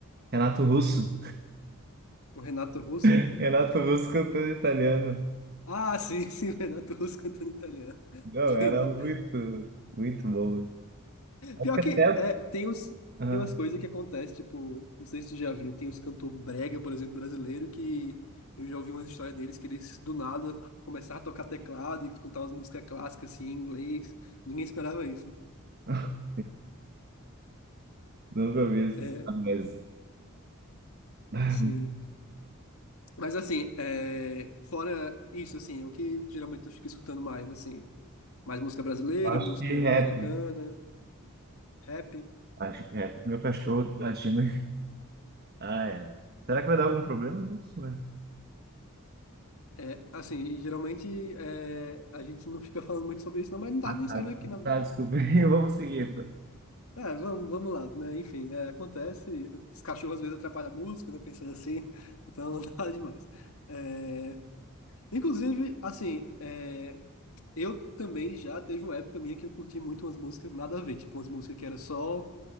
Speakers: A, on the right (about 45°); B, on the left (about 70°).
A: Renato Russo.
B: O Renato Russo?
A: <laughs> Renato Russo cantando italiano.
B: Ah, sim, <laughs> sim, o Renato Russo cantando italiano. <laughs>
A: Não,
B: Entendi.
A: era muito, muito bom. Acho
B: Pior
A: que até.
B: que é, tem uns,
A: Ah,
B: tem umas coisas que acontecem, tipo, não sei se tu já viu, tem uns cantor brega, por exemplo, brasileiro, que eu já ouvi uma história deles que eles do nada começaram a tocar teclado e cantar umas músicas clássicas assim, em inglês. Ninguém esperava isso, né?
A: <laughs> nunca ouvi essa
B: É,
A: história, mas ah,
B: sim. Mas assim, é, fora isso, assim, o que geralmente eu fico escutando mais, assim, mais música brasileira,
A: eu acho
B: música
A: que rap.
B: americana, rap.
A: Acho que rap. Meu cachorro tá latindo. Ah, é. Será que vai dar algum problema nisso? Mas...
B: É, assim, e geralmente é, a gente não fica falando muito sobre isso, não, mas não tá
A: Ah,
B: nem
A: tá.
B: saindo aqui na,
A: Tá, desculpa. <laughs> Vamos seguir, então.
B: É, vamos, vamos lá, né? Enfim, é, acontece. Os cachorros às vezes atrapalham a música, né? Pensando assim, então <laughs> nada demais. É, inclusive, assim, é, eu também já teve uma época minha que eu curti muito umas músicas nada a ver, tipo umas músicas que era só